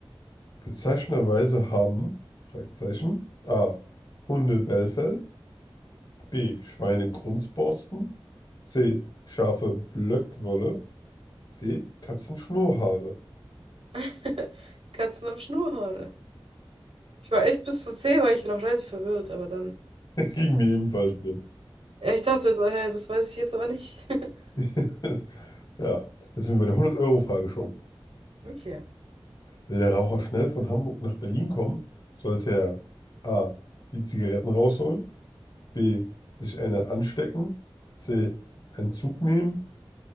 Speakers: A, on the left; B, on the right.
A: Bezeichnenderweise haben, Fragezeichen, A. Hunde Bellfell, B. Schweine Grunzborsten, C. Schafe Blöckwolle, D. Katzen Schnurrhaare.
B: <laughs> Katzen am Schnurrhaare. Ich war echt bis zu 10, war ich noch relativ verwirrt, aber dann.
A: <laughs> Ging mir ebenfalls so.
B: Ja, Ich dachte so, hä, das weiß ich jetzt aber nicht. <laughs>
A: <laughs> Ja, jetzt sind wir bei der 100-Euro-Frage schon.
B: Okay.
A: Will der Raucher schnell von Hamburg nach Berlin kommen, sollte er a. die Zigaretten rausholen, b. sich eine anstecken, c. einen Zug nehmen,